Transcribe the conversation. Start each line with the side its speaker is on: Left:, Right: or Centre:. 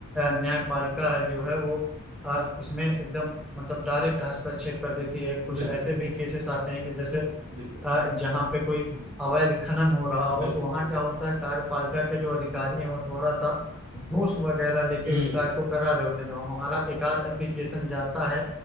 Centre: न्यायपालिका है जो है वो अ, इसमें एकदम मतलब डायरेक्ट हस्तक्षेप कर देती है कुछ
Right: बिल्कुल
Centre: ऐसे भी केसेस आते हैं कि जैसे
Right: बिल्कुल
Centre: अ, जहाँ पे कोई
Right: हम्म,
Centre: अवैध खनन हो रहा हो
Right: बिल्कुल
Centre: तो वहाँ
Right: बिल्कुल
Centre: क्या होता है कार्यपालिका के जो अधिकारी हैं वो थोड़ा सा घूस वगैरह लेके
Right: हम्म
Centre: उस कार्य को करा रहे होते हैं जब हमारा एक आध एप्लीकेशन जाता है